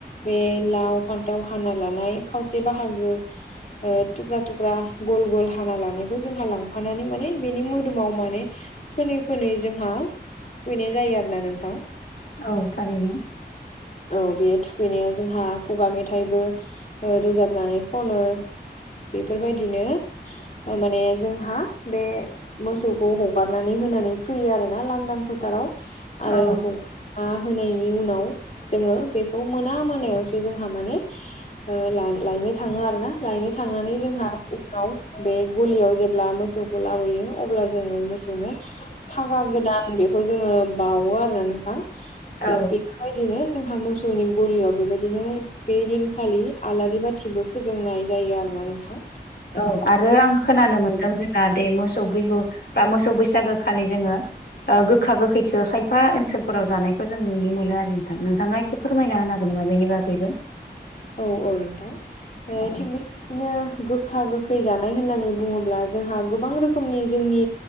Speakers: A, on the left (about 45°); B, on the left (about 65°).
A: बे लाव फान्थाव हाना लानाय खावसे बाहागो ओं थुख्रा थुख्रा गल गल हाना लानायखौ जोंहा लांफानानै माने बेनि मोदोमाव माने फोनै फोनै जोंहा थुखैनाय जायो आरो ना नोंथां
B: औ थारैनो।
A: औ बे थुखैनायाव जोंहा खुगा मेथाइबो ओ रोजाबनानै खनो बेफोरबायदिनो माने जोंहा बे मोसौखौ हगारनानै होनानै फैयो आरो ना लांदां फोथाराव
B: औ
A: आरो हगार हा होनायनि उनाव जोङो बेखौ मोना मोनायावसो जोंहा माने ओ लायनो थाङो आरो ना लायनो थांनानै जोंहा उनाव बे गुलियाव जेब्ला मोसौखौ लाबोयो अब्ला जोङो मोसौनो फागा गोदान बेखौ जोङो बावो आरोना नोंथां थिग
B: औ
A: बे बेबायदिनो जोंहा मोसौनि गलियाव बेबायदिनो बे दिनखालि आलारि बाथिबो फोजोंनाय जायो आरोना नोंथां
B: औ आरो आं खोनानो मोनदों जोंहा दे मोसौ बिहु बा मोसौ बैसागो खालि जोङो ओ गोखा गोखैसो खायफा ओनसोलफोराव जानायखौ जों नुनो मोनो आरो नोंथां नोंथाङा एसे फोरमायना होनो हागोन नामा बेनि बागैबो
A: औ औ नोंथां ओं
B: औ
A: थिग बिदिनो गोखा गोखै जानाय होननानै बुङोब्ला जोंहा गोबां रोखोमनि जोंनि